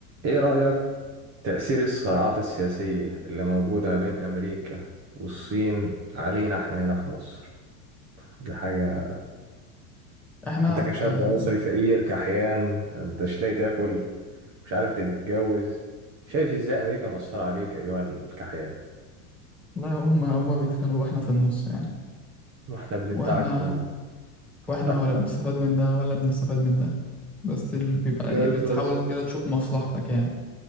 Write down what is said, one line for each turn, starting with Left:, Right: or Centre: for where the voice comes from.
Right: إيه رأيك تأثير الصراعات السياسية اللي موجودة بين أمريكا والصين علينا إحنا هنا في مصر؟ دي حاجة
Centre: احنا
Right: أنت كشاب
Centre: اه
Right: مصري فقير كحيان أنت مش لاقي تاكل مش عارف تتجوز شايف إزاي أمريكا مأثرة عليك أيها الكحيان
Centre: لا هم هم بيتخانقوا واحنا في النص يعني
Right: وإحنا بندعك
Centre: واحنا
Right: في النص
Centre: واحنا
Right: <laughs>
Centre: ولا بنستفاد من ده ولا بنستفاد من ده بس اللي بيبقى
Right: جامد
Centre: ايه بتحاول
Right: بس
Centre: كده تشوف مصلحتك يعني